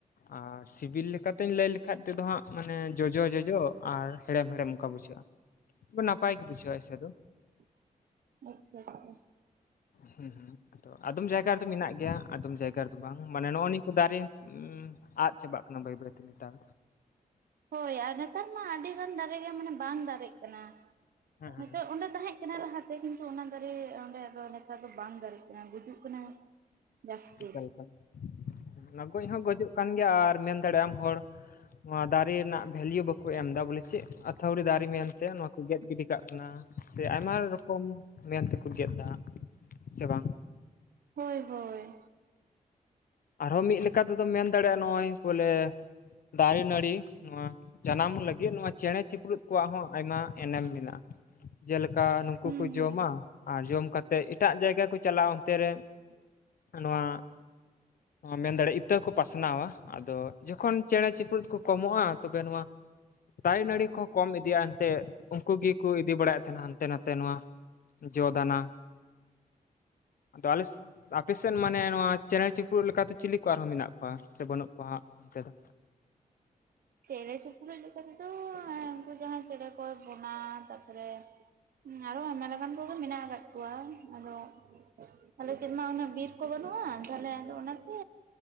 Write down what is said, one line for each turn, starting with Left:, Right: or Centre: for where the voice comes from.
Left: ᱟᱨ ᱥᱤᱵᱤᱞ ᱞᱮᱠᱟ ᱛᱮᱧ ᱞᱟᱹᱭ ᱞᱮᱠᱷᱟᱡ ᱛᱮᱫᱚ ᱦᱟᱸᱜ ᱢᱟᱱᱮ ᱡᱚᱡᱚ ᱡᱚᱡᱚ ᱟᱨ ᱦᱮᱬᱮᱢ ᱦᱮᱬᱮᱢ ᱚᱱᱠᱟ ᱵᱩᱡᱷᱟᱹᱜ-ᱟ᱾ ᱱᱟᱯᱟᱭ ᱜᱮ ᱵᱩᱡᱷᱟᱹᱣᱟ ᱮᱥᱮ ᱫᱚ᱾
Right: <unintelligible>
Left: ᱦᱮᱸ ᱦᱮᱸ ᱟᱫᱚᱢ ᱡᱟᱭᱜᱟ ᱨᱮᱫᱚ ᱢᱮᱱᱟᱜ ᱜᱮᱭᱟ ᱟᱫᱚᱢ ᱡᱟᱭᱜᱟ ᱵᱟᱝ ᱢᱟᱱᱮ ᱱᱚᱜ-ᱚᱭ ᱱᱤᱭᱟᱹ ᱫᱟᱨᱮ ᱟᱫ ᱪᱟᱵᱟᱜ ᱠᱟᱱᱟ ᱵᱟᱹᱭ ᱵᱟᱹᱭᱛᱮ ᱱᱮᱛᱟᱨ
Right: ᱦᱳᱭ ᱟᱨ ᱱᱮᱛᱟᱨ ᱢᱟ ᱟᱹᱰᱤᱜᱟᱱ ᱫᱟᱨᱮ ᱜᱮ ᱢᱟᱱᱮ ᱵᱟᱝ ᱫᱟᱨᱮᱜ ᱠᱟᱱᱟ
Left: ᱦᱮᱸ ᱦᱮᱸ
Right: ᱱᱤᱛᱚᱜ ᱚᱸᱰᱮ ᱛᱟᱦᱮᱸᱫ ᱠᱟᱱᱟ ᱞᱟᱦᱟᱛᱮ ᱠᱤᱱᱛᱩ ᱚᱱᱟ ᱫᱟᱨᱮ ᱚᱸᱰᱮ ᱫᱚ ᱱᱮᱛᱟᱨ ᱫᱚ ᱵᱟᱝ ᱫᱟᱨᱮᱜ ᱠᱟᱱᱟ ᱜᱩᱡᱩᱜ ᱠᱟᱱᱟ᱾ ᱡᱟᱹᱥᱛᱤ
Left: ᱪᱮᱫ ᱞᱮᱠᱟ ᱚᱱᱟ ᱜᱚᱡ ᱦᱚᱸ ᱜᱚᱡᱚᱜ ᱠᱟᱱ ᱜᱮᱭᱟ ᱟᱨ ᱢᱮᱱ ᱫᱟᱲᱮᱭᱟᱜ ᱟᱢ ᱦᱚᱲ ᱱᱚᱣᱟ ᱫᱟᱨᱮ ᱨᱮᱱᱟᱜ ᱵᱷᱮᱞᱤᱭᱩ ᱵᱟᱠᱚ ᱮᱢ ᱮᱫᱟ ᱵᱚᱞᱮ ᱪᱮᱫ ᱟᱹᱛᱷᱟᱹᱣᱲᱤ ᱫᱟᱨᱮ ᱢᱮᱱᱛᱮ ᱱᱚᱣᱟ ᱠᱚ ᱜᱮᱫ ᱜᱤᱰᱤ ᱠᱟᱜ ᱠᱟᱱᱟ᱾ ᱥᱮ ᱟᱭᱢᱟ ᱨᱚᱠᱚᱢ ᱢᱮᱱ ᱛᱮᱠᱚ ᱜᱮᱫ ᱫᱟ ᱥᱮ ᱵᱟᱝ᱾
Right: ᱦᱳᱭ ᱦᱳᱭ᱾
Left: ᱟᱨᱦᱚᱸ ᱢᱤᱫ ᱞᱮᱠᱟ ᱛᱮᱫᱚᱢ ᱢᱮᱱ ᱫᱟᱲᱮᱭᱟᱜ-ᱟ ᱱᱚ-ᱚᱭ ᱵᱚᱞᱮ ᱫᱟᱨᱮ ᱱᱟᱹᱲᱤ ᱱᱚᱣᱟ ᱡᱟᱱᱟᱢ ᱞᱟᱹᱜᱤᱫ ᱱᱚᱣᱟ ᱪᱮᱬᱮᱸ ᱪᱤᱯᱨᱩᱫ ᱠᱚᱣᱟᱜ ᱦᱚᱸ ᱟᱭᱢᱟ ᱮᱱᱮᱢ ᱢᱮᱱᱟᱜ-ᱟ᱾ ᱡᱮᱞᱮᱠᱟ ᱱᱩᱠᱩ
Right: ᱦᱩᱸ
Left: ᱠᱚ ᱡᱚᱢᱟ
Right: ᱦᱩᱸ
Left: ᱟᱨ ᱡᱚᱢ ᱠᱟᱛᱮᱫ ᱮᱴᱟᱜ ᱡᱟᱭᱜᱟ ᱠᱚ ᱪᱟᱞᱟᱜ-ᱟ, ᱚᱱᱛᱮ ᱨᱮ
Right: <unintelligible>
Left: ᱱᱚᱣᱟ ᱢᱮᱱ ᱫᱟᱲᱮᱭᱟᱜ-ᱟ ᱤᱛᱟᱹ ᱠᱚ ᱯᱟᱥᱱᱟᱣᱟ ᱟᱫᱚ ᱡᱚᱠᱷᱚᱱ ᱪᱮᱬᱮᱸ ᱪᱤᱯᱨᱩᱫ ᱠᱚ ᱠᱚᱢᱚᱜ-ᱟ ᱛᱚᱵᱮ ᱱᱚᱣᱟ ᱫᱟᱨᱮ ᱱᱟᱹᱲᱤ ᱠᱚ ᱠᱚᱢ ᱤᱫᱤᱜ-ᱟ ᱟᱱᱛᱮ ᱩᱱᱠᱩ ᱜᱮᱠᱚ ᱤᱫᱤ ᱵᱟᱲᱟᱭᱮᱫ ᱛᱟᱦᱮᱱᱟ ᱦᱟᱱᱛᱮ ᱱᱟᱛᱮ ᱱᱚᱣᱟ ᱡᱚ ᱫᱟᱱᱟ ᱟᱫᱚ ᱟᱞᱮ ᱟᱯᱮ ᱥᱮᱫ ᱢᱟᱱᱮ ᱱᱚᱣᱟ ᱪᱮᱬᱮᱸ ᱪᱩᱯ ᱨᱩᱯᱲᱩᱜ ᱞᱮᱠᱟᱛᱮ ᱪᱤᱞᱤ ᱠᱚ ᱟᱨᱦᱚᱸ ᱢᱮᱱᱟᱜ ᱠᱚᱣᱟ ᱥᱮ ᱵᱟᱹᱱᱩᱜ ᱠᱚᱣᱟ ᱦᱟᱸᱜ ᱚᱱᱛᱮ ᱫᱚ?
Right: ᱪᱮᱬᱮᱸ ᱪᱩᱯᱨᱩᱫ ᱞᱮᱠᱟ ᱛᱮᱫᱚ ᱩᱱᱠᱩ ᱡᱟᱦᱟᱸᱭ ᱪᱮᱬᱮᱸ ᱠᱚ ᱵᱚᱱᱟ ᱛᱟᱯᱚᱨᱮ ᱟᱨᱚ ᱟᱭᱢᱟ ᱞᱮᱠᱟᱱ ᱠᱚᱜᱮ ᱢᱮᱱᱟᱜ ᱟᱠᱟᱫ ᱠᱚᱣᱟ, ᱟᱫᱚ ᱟᱞᱮ ᱥᱮᱫ ᱢᱟ ᱩᱱᱟᱹᱜ ᱵᱤᱨ ᱠᱚ ᱵᱟᱹᱱᱩᱜ-ᱟ ᱛᱟᱦᱚᱞᱮ ᱟᱫᱚ ᱚᱱᱟᱛᱮ